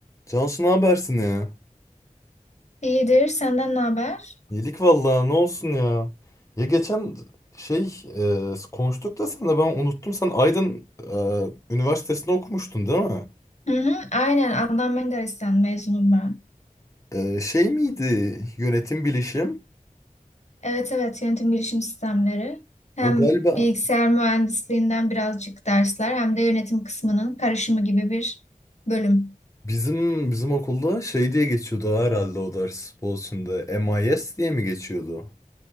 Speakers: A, on the left (about 20°); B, on the left (about 55°).
A: Cansu ne habersin ya?
B: İyidir. Senden ne haber?
A: İyilik vallahi ne olsun ya. Ya geçen şey e, konuştuk da sen de ben unuttum. Sen Aydın e, Üniversitesi'nde okumuştun değil mi?
B: Hı hı, aynen. Adnan Menderes'ten mezunum ben.
A: E, şey miydi yönetim bilişim?
B: Evet evet yönetim bilişim sistemleri. Hem
A: O galiba
B: bilgisayar mühendisliğinden birazcık dersler hem de yönetim kısmının karışımı gibi bir bölüm.
A: bizim bizim okulda şey diye geçiyordu herhalde o ders Boğaziçi'nde. MIS diye mi geçiyordu?